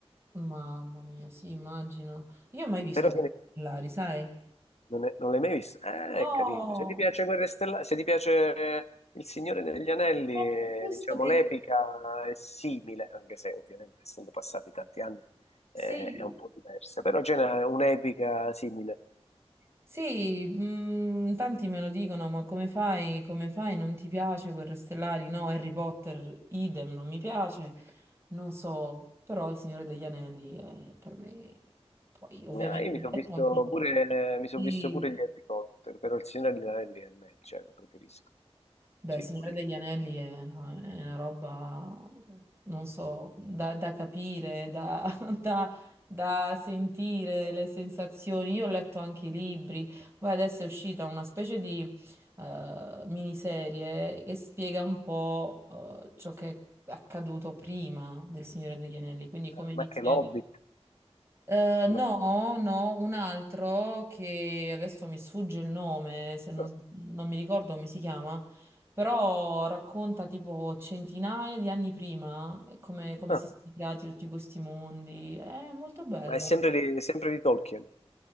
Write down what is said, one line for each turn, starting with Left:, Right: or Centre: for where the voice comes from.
Right: Mamma mia, sì, immagino. Io ho mai visto
Left: Però
Right: Lari, sai?
Left: Non, è- non l'hai mai visto? Eh,
Right: No,
Left: è carino. Se ti piace Guerre Stellari, se ti piace eh, Il Signore degli Anelli,
Right: Eh,
Left: eh,
Right: questo
Left: diciamo,
Right: che...
Left: l'epica è simile, anche se ovviamente essendo passati tanti anni eh,
Right: Sì,
Left: è un po' diversa, però c'è una- un'epica simile.
Right: sì, mm, tanti me lo dicono, ma come fai, come fai? Non ti piace Guerre Stellari? No, Harry Potter, idem, non mi piace. Non so, però Il Signore degli Anelli è per me... Poi, ovviamente,
Left: No, io mi
Right: ho
Left: sono
Right: letto
Left: visto
Right: anche il
Left: pure,
Right: libro.
Left: mi son visto pure gli Harry Potter, però Il Signore degli Anelli è meglio, cioè lo preferisco,
Right: Beh,
Left: sì,
Right: Signore
Left: pure io.
Right: degli Anelli è, no, è una roba, non so, da, da capire, da, <laughs> da- da sentire le sensazioni. Io ho letto anche i libri, poi adesso è uscita una specie di eh, miniserie che spiega un po' eh, ciò che è accaduto prima del Signore degli Anelli, quindi come è iniziata
Left: Ma che l'Hobbit?
Right: eh, no,
Left: No.
Right: no, un altro che adesso mi sfugge il nome, se non,
Left: No,
Right: s- non mi ricordo come si chiama, però racconta tipo centinaia di anni prima eh, come, come
Left: no.
Right: si sono creati tutti questi mondi. È molto bello.
Left: ma è sempre di, sempre di Tolkien,